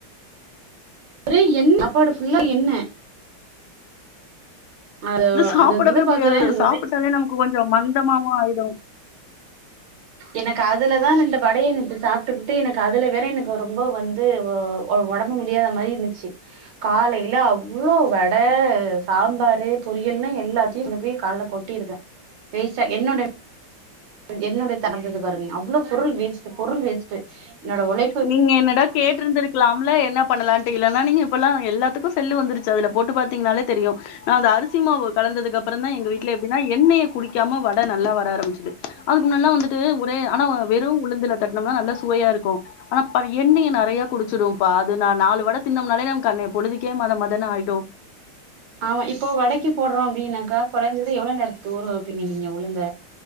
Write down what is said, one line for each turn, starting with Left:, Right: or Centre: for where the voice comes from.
Right: ஒரே எண் சாப்பாடு ஃபுல்லா எண்ணெ அது
Left: சாப்பிடவே
Right: அந்த இது பாக்குறே
Left: முடியாது அத
Right: அந்த
Left: சாப்பிட்டாலே
Right: வட
Left: கொஞ்சோ மந்தமாவு ஆயிடு
Right: எனக்கு அதுலதா ரெண்டு வடைய நேத்து சாப்ட்டுபுட்டு எனக்கு அதுல வேற எனக்கு ரொம்போ வந் த்து ஒ ஒ ஓடம்பு முடியாத மாரி இருந்துச்சு காலையில அவ்ளோ வட சாம்பாரு பொரியல்னு எல்லாத்தையு கொண்டுப்போய் கால்ல கொ ட்டிருக்கே வேஸ்ட்டா என்னோட என்னுடைய திறந்தது பாருங்க அவ்ளோ பொருள் வேஸ்ட்டு பொருள் வேஸ்ட்டு என்னோட உழை
Left: நீங்க என்னடா கேட்டுருந்திருக்கலாம்ல என்ன பண்ணலாட்டு இல்லனா நீங்க இப்ப எல்லா எல்லாத்துக்கு செல்லு வந்துருச்சு அதுல போட்டு பாத்தீங்கனாலே தெரியு நா அந்த அரிசி மாவு கலந்ததுக்கு அப்புறோ தா எங்க வீட் ட்ல எப்டினா எண்ணெய குடிக்காம வட நல்லா வர ஆரம்பிச்சுது அதுக்கு முன்னெல்லா வந்துட்டு ஒரே ஆனா வெறு உளுந்துல தட்டினம்னா நல்லா சுவையாருக்கோ ஆனா பாரு எண்ணய நறைய குடிச்சுடும்ப்பா அதுனா நாலு வட தின்னம்னாலே நமக்கு அன்னைய பொழுதுக்கே மத மதனு ஆய்டு
Right: ஆமா இப்போ வடைக்கி போட்றோ அப்டின்னாக்கா கொறைஞ்சது எவ்ளோ நேரத்துக்கு ஊர வைப்பீங்க நீங்க உளுந்த